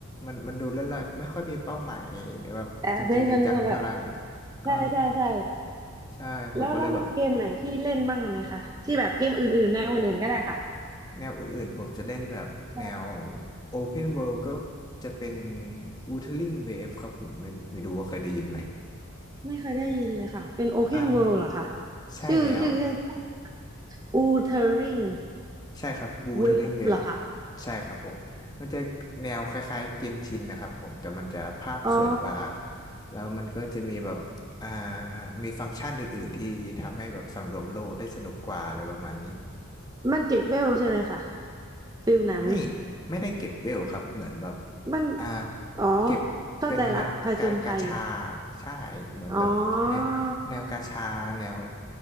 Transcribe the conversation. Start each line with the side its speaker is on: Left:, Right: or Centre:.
Left: มันมันดูเลื่อนลอยไม่ค่อยมีเป้าหมายแบบจริงๆจังๆเท่าไหร่
Right: แต่เล่นมันก็แบบ
Left: อ่า
Right: ใช่ใช่ใช่
Left: ใช่ผมก็เลยแบบ
Right: แล้วแล้วมีเกมไหนที่เล่นบ้างไหมคะที่แบบเกมอื่นๆแนวอื่นๆก็ได้ค่ะ
Left: แนวอื่นๆผมจะเล่นแบบแนว
Right: ใช่
Left: Open World ก็จะเป็น Wuthering Waves ครับผมไม่ไม่รู้ว่าเคยได้ยินไหม
Right: ไม่เคยได้ยินเลยค่ะเป็น Open
Left: อ่า
Right: World เหรอคะ
Left: ใช่แล้ว
Right: ชื่อชื่อเล่นอะไรคะ Wuthering
Left: ใช่ครับบูเทอร์ลิงเวฟ
Right: Waves เหรอคะ
Left: ใช่ครับผมมันจะแนวคล้ายๆเกนชินนะครับผมแต่มันจะภาพสวยกว่า
Right: อ๋อ
Left: แล้วมันก็จะมีแบบอ่ามีฟังก์ชันอื่นๆที่ทำให้แบบสำรวจโลกได้สนุกกว่าอะไรประมาณนี้
Right: มันเก็บเวลใช่ไหมคะฟิลนั้น
Left: ไม่ไม่ได้เก็บเวลครับเหมือนแบบ
Right: มัน
Left: อ่า
Right: อ๋อ
Left: เก็บเป็นแบบกากาชา
Right: เข้าใจละผจญภัย
Left: ใช่เหมือนแบบแนวแนวกาชาแนว
Right: อ๋อ